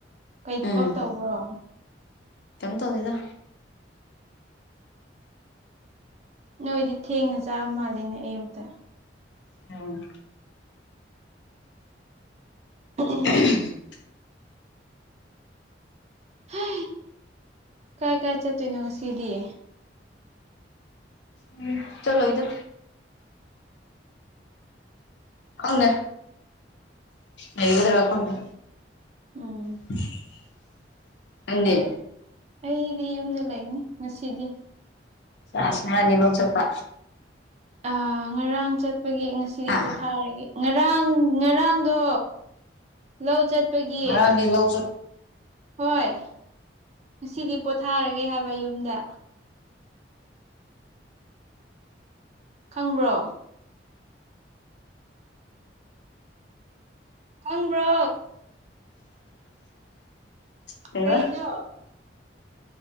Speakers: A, on the right (about 35°); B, on the left (about 70°).
A: ꯀꯩ ꯊꯕꯛ
B: ꯎꯝ
A: ꯇꯧꯕ꯭ꯔꯣ
B: ꯀꯩꯝ ꯇꯧꯗꯦꯗ
A: ꯅꯣꯏꯗꯤ ꯊꯦꯡꯅ ꯆꯥꯕ ꯃꯥꯜꯂꯦꯅꯦ ꯑꯌꯨꯛꯇ
B: ꯎꯝ
A: <inaudible>
B: <unintelligible>
A: ꯍ ꯀꯥꯏ ꯀꯥꯏ ꯆꯠꯇꯣꯏꯅꯣ ꯉꯁꯤꯗꯤꯌꯦ
B: <unintelligible> ꯆꯂꯣꯏꯗ ꯍꯪ ꯍꯩꯒꯗ꯭ꯔꯦ ꯋꯥꯀꯇ
A: ꯑꯣ
B: <unintelligible> ꯅꯪꯗꯤ
A: ꯑꯩꯗꯤ ꯌꯨꯝꯗ ꯂꯩꯅꯤ ꯉꯁꯤꯗꯤ
B: ꯑꯁ ꯑꯉꯥꯡ ꯑꯅꯤ ꯂꯧ ꯆꯠꯄ
A: ꯑ ꯉꯔꯥꯡ ꯆꯠꯄꯒꯤ ꯉꯁꯤꯗꯤ
B: ꯍꯥ
A: ꯄꯣꯊꯥꯔꯒꯦ ꯉꯔꯥꯡ ꯉꯔꯥꯡꯗꯣ ꯂꯧ ꯆꯠꯄꯒꯤ
B: ꯉꯔꯥꯡꯗꯤ ꯂꯧ ꯆꯠ
A: ꯍꯣꯏ ꯉꯁꯤꯗꯤ ꯄꯣꯊꯥꯔꯒꯦ ꯍꯥꯏꯕ ꯌꯨꯝꯗ ꯈꯪꯕ꯭ꯔꯣ ꯈꯪꯕ꯭ꯔꯣ
B: ꯀꯩꯕ
A: ꯀꯩꯩꯅꯣ